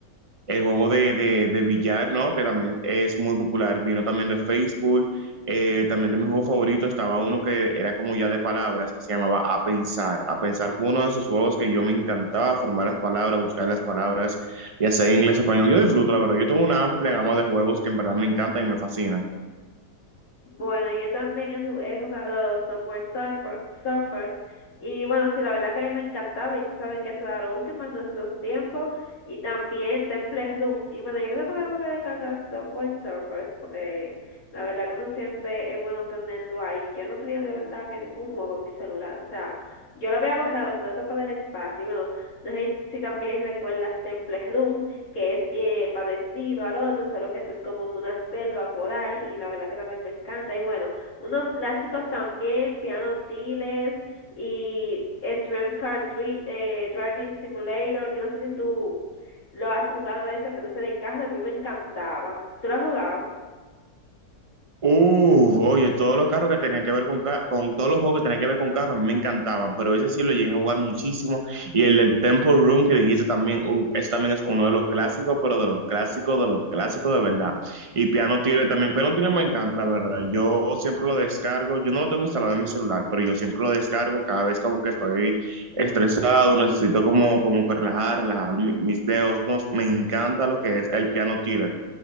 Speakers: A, on the right; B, on the left.
A: el juego de, de, de billar, ¿no? Que también es muy popular. Vino también de Facebook. Eh, también de mi juego favorito estaba uno que era como ya de palabras, que se llamaba A Pensar. A Pensar fue uno de esos juegos que yo me encantaba, formar las palabras, buscar las palabras, y hacer inglés, español. Yo disfruto, la verdad. Yo tengo una amplia gama de juegos que en verdad me encantan y me fascinan.
B: Bueno, yo también he, su- he jugado software Surfer, Surfers y bueno, sí, la verdad que a mí me encantaba y tú sabes que eso era lo último en nuestros tiempos y también Temple Run y bueno, yo creo que voy a volver a descargar software Surfers porque la verdad que uno siempre es bueno tenerlo ahí. Yo no tenía de verdad que ningún juego en mi celular, o sea, yo lo había borrado creo que por el espacio y bueno, no sé si también recuerdas Temple Run que es eh, parecido al otro, solo que eso es como en una selva por ahí y la verdad que también me encanta. Y bueno, unos clásicos también, Piano Tiles y Extreme Car Dri- eh, Driving Simulator. Yo no sé si tú lo has jugado ese, pero ese de carro a mí me encantaba. ¿Tú lo has jugado?
A: Uf, oye, todos los carros que tenían que ver con, ca- con todos los juegos que tenían que ver con carros me encantaban, pero ese sí lo llegué a jugar muchísimo. Y el del Temple Run que dijiste también, uf, ese también es uno de los clásicos, pero de los clásicos, de los clásicos de verdad. Y Piano Tiller también, Piano Tiller me encanta, la verdad. Yo siempre lo descargo, yo no lo tengo instalado en mi celular, pero yo siempre lo descargo cada vez como que estoy estresado, necesito como, como que relajar, relajar mi- mis dedos, no, me encanta lo que es el Piano Tiller.